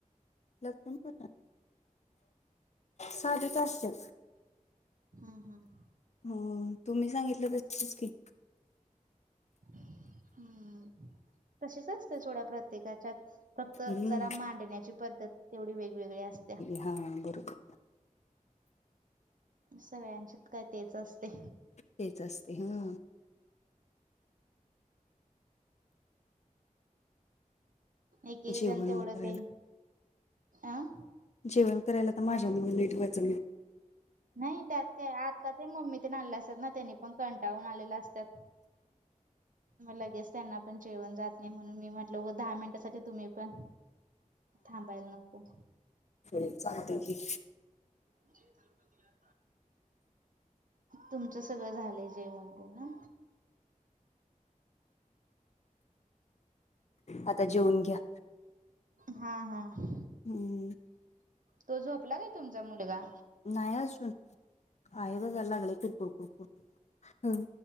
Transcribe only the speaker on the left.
लक्ष्मी पूजा? साधीच असत्या.
हो... तुम्ही सांगितल तशीच की,
हम्म
हा... बरोबर
तेच असतय. हा..
जेवण
करायला
जेवण करायला तर माझ्यामुळे लेट व्हायच.
हो चालतय की,
आता जेवून घ्या.
हम्म
नाही अजून, आहे बघा लागलंय कुरकुर कुरकुर. आहे